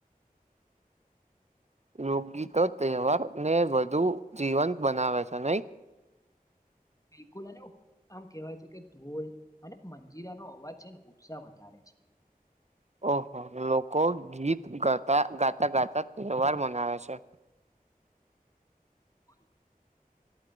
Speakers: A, on the right; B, on the left.
A: લોગગીતો તહેવારને વધુ જીવંત બનાવે છે, નહી?
B: બિલકુલ અને આમ કેહેવાય છે, કે ધોલ અને મંજીરાનો અવાજ છે ઉત્સાહ વધારે છે. હ
A: ઓહ <unintelligible> લોકો ગીત ગતા ગાતા ગાતા તહેવાર મનાવે છે.
B: <unintelligible>